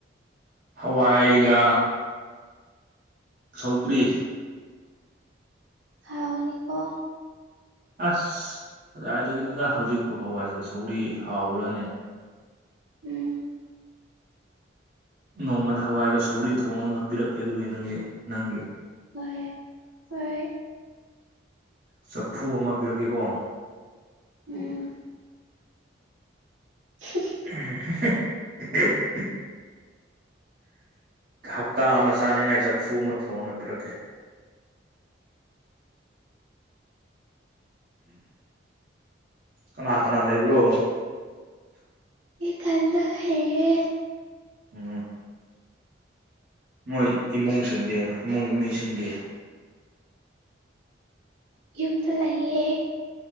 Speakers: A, on the right (about 50°); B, on the right (about 85°).
A: ꯍꯋꯥꯏꯒ ꯁꯧꯒ꯭ꯔꯤ
B: ꯍꯥꯎꯒꯅꯤꯀꯣ
A: ꯑꯁ ꯀꯗꯥꯏꯗꯒꯤꯅꯣꯗ ꯍꯧꯖꯤꯛꯄꯨ ꯍꯋꯥꯏꯒ ꯁꯧꯒ꯭ꯔꯤ ꯍꯥꯎꯕ꯭ꯔꯅꯦ
B: ꯎꯝ
A: ꯅꯣꯡꯃꯗ ꯍꯋꯥꯏꯒ ꯁꯧꯒ꯭ꯔꯤ ꯊꯣꯡꯉꯒ ꯄꯤꯔꯛꯀꯦ ꯑꯗꯨꯒꯤ ꯅꯪꯒꯤ ꯅꯪꯒꯤ
B: ꯍꯣꯢ ꯍꯣꯏ
A: ꯆꯐꯨ ꯑꯃ ꯄꯤꯔꯛꯀꯦꯀꯣ
B: ꯎꯝ <inaudible>
A: ꯑ <inaudible> ꯍꯞꯇꯥ ꯑꯃ ꯆꯥꯅꯤꯡꯉꯥꯏ ꯆꯐꯨ ꯑꯃ ꯊꯣꯡꯑꯒ ꯄꯤꯔꯛꯀꯦ ꯀꯅꯥ ꯀꯅꯥ ꯂꯩꯕ꯭ꯔꯣ
B: ꯢꯊꯥꯟꯇ ꯂꯩꯌꯦ
A: ꯎ ꯅꯣꯏ ꯏꯃꯨꯡꯁꯤꯡꯗꯤ ꯏꯃꯨꯡꯒꯤ ꯃꯤꯁꯤꯡꯗꯤ
B: ꯌꯨꯝꯗ ꯂꯩꯌꯦ